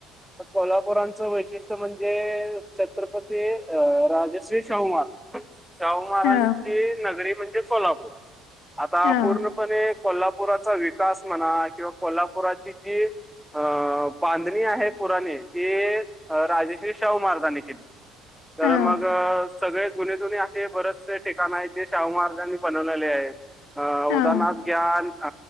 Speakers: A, in the centre; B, on the left (about 80°).
A: कोल्हापुरांचं वैशिष्ट्य म्हणजे छत्रपती अ राजश्री शाहू महाराज. शाहू महारांची
B: हा
A: नगरी म्हणजे कोल्हापुर आता
B: हा
A: पूर्ण पणे कोल्हापुराचा विकास म्हणा किंवा कोल्हापुराची ती अ बांधणी आहे पुराने ती अ राजेश्री शाहू महाराजांनी केली. तर
B: हा
A: मग सगळे जुने धुणे असे बरेचसे. ठिकाण आहे ते शाहू महाराजांनी बनवलेले आहेत अ
B: हा
A: उदारनाथ यात